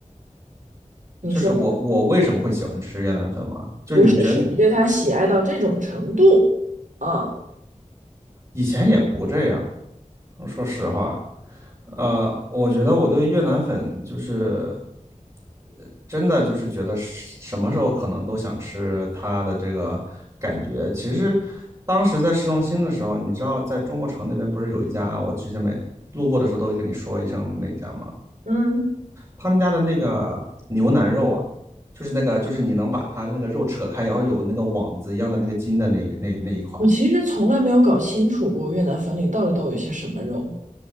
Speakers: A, on the right (about 70°); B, on the right (about 30°).
A: 你说
B: 就是我我为什么会喜欢吃越南粉嘛？就是你觉得
A: 不是，是你对它喜爱到这种程度啊？
B: 以前也不这样，说实话，呃，我觉得我对越南粉就是呃真的就是觉得是什么时候可能都想吃它的这个感觉。其实当时在市中心的时候，你知道在中国城那边不是有一家，我之前每路过的时候都会跟你说一声那家吗？
A: 嗯，
B: 他们家的那个牛腩肉啊，就是那个就是你能把它那个肉扯开，然后有那个网子一样的那个筋的那那那一块儿。
A: 我其实从来没有搞清楚过越南粉里到底都有些什么肉。